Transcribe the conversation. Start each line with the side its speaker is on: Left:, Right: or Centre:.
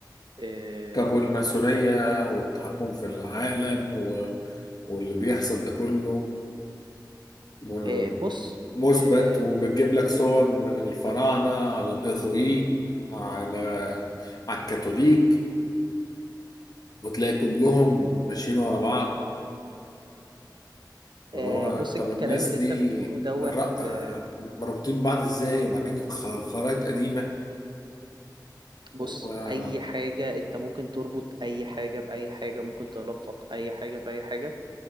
Right: آه،
Left: طب والماسونية والتحكم في العالم و... واللي بيحصل ده كله م-
Right: آه، بص
Left: مثبت
Right: آه،
Left: وبتجيب لك صور من الفراعنة على الإغريق على على الكاثوليك وتلاقي كلهم
Right: م-
Left: ماشيين ورا بعض
Right: آه،
Left: اللي هو
Right: بص
Left: طب
Right: الكلام
Left: الناس
Right: اللي انت
Left: دي
Right: بتقوله دوت
Left: ر-
Right: آه،
Left: مربوطين بعض ازاي وبعدين خ- خرايط قديمة
Right: بص
Left: و-
Right: اي حاجة انت ممكن تربط اي حاجة بأي حاجة ممكن تلفق اي حاجة بأي حاجة